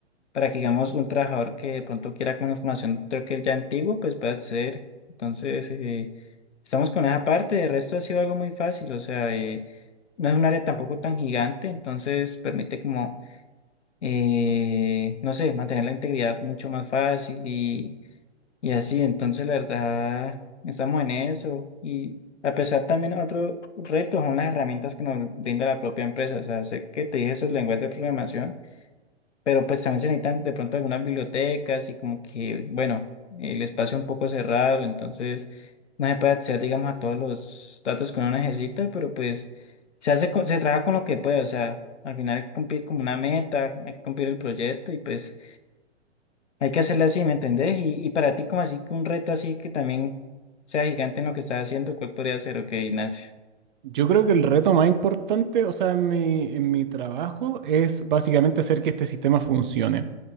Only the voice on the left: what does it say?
para que digamos un trabajador que de pronto quiera como información creo que ya antiguo, pues pueda acceder. Entonces, eh, estamos con esa parte, de resto ha sido algo muy fácil, o sea, eh, no es un área tampoco tan gigante, entonces permite como eh, no sé, mantener la integridad mucho más fácil y y así, entonces la verdad, estamos en eso. Y a pesar también otro reto son las herramientas que nos brinda la propia empresa. O sea, sé que te dije esos lenguajes de programación, pero pues también se necesitan de pronto algunas bibliotecas y como que, bueno, el espacio un poco cerrado, entonces no se puede acceder, digamos, a todos los datos que uno necesita, pero pues se hace con- se trabaja con lo que puede. O sea, al final hay que cumplir como una meta, hay que cumplir el proyecto y pues... Hay que hacerla así, ¿me entendés? Y, y para ti, como así que un reto así que también sea gigante en lo que estás haciendo, ¿cuál podría ser? Ok, Ignacio.